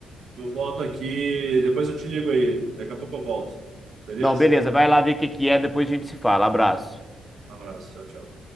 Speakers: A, on the right (about 65°); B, in the centre.
A: Eu volto aqui, depois eu te ligo aí. Daqui a pouco eu volto. Beleza?
B: Não, beleza. Vai lá ver o que que é, depois a gente se fala. Abraço.
A: Um abraço, tchau, tchau.